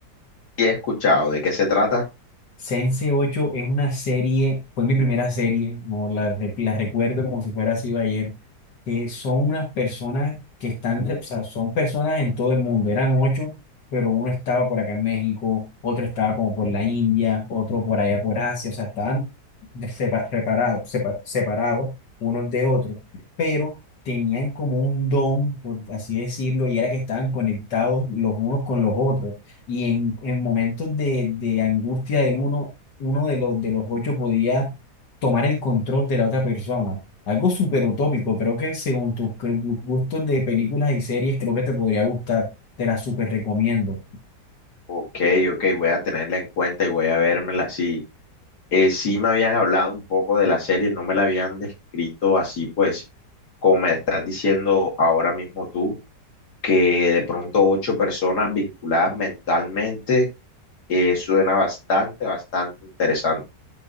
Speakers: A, on the left (about 70°); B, on the left (about 85°).
A: Y he escuchado de qué se trata.
B: Sense 8 es una serie, fue mi primera serie, no la, re- la recuerdo como si fuera así ayer, que son unas personas que están, o sea, son personas en todo el mundo, eran ocho, pero uno estaba por acá en México, otro estaba como por la India, otro por allá por Asia, o sea, estaban de- sepa- reparados, sepa- separados unos de otros, pero tenían como un don, por así decirlo, y era que estaban conectados los unos con los otros y en, en momentos de, de angustia del uno, uno de los, de los ocho podía tomar el control de la otra persona. Algo súper utópico, creo que según tus cre- tus gustos de películas y series, creo que te podría gustar, te las súper recomiendo.
A: Ok, ok, voy a tenerla en cuenta y voy a vérmela así. Eh, sí me habían hablado un poco de la serie, no me la habían descrito así, pues, como me estás diciendo ahora mismo tú, que de pronto ocho personas vinculadas mentalmente, eh, suena bastante, bastante interesante.